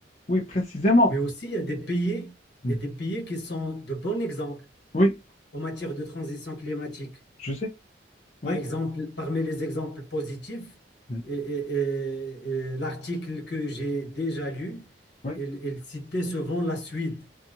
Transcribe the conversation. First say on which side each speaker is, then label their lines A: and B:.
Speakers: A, on the left; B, on the left.
A: oui, précisément.
B: Mais aussi, il y a des pays,
A: Mm,
B: il y a des pays qui sont de bons exemples
A: Oui,
B: en matière de transition climatique.
A: je sais.
B: Par
A: Oui,
B: exemple, parmi les exemples positifs,
A: oui,
B: et- et- et- et l'article que j'ai déjà lu,
A: oui.
B: il, il citait souvent la Suède.